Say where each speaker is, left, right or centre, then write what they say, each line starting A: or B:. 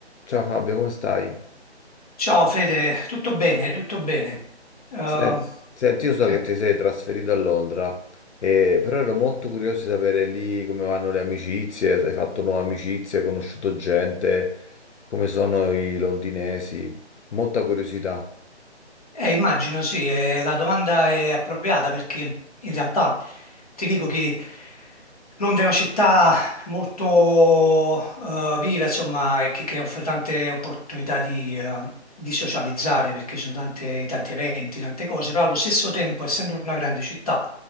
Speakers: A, on the left; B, on the left.
A: Ciao Fabio, come stai?
B: Ciao Fede, tutto bene, tutto bene. Eh,
A: Sen- Senti, io so
B: sì.
A: che ti sei trasferito a Londra, eh, però ero molto curioso di sapere lì come vanno le amicizie, se hai fatto nuove amicizie, hai conosciuto gente, come sono i londinesi. Molta curiosità.
B: Eh, immagino sì, eh, la domanda è appropriata perché in realtà ti dico che Londra è una città molto eh, viva, insomma, e che, che offre tante opportunità di, eh, di socializzare perché ci sono tante- tanti eventi, tante cose, però allo stesso tempo, essendo una grande città,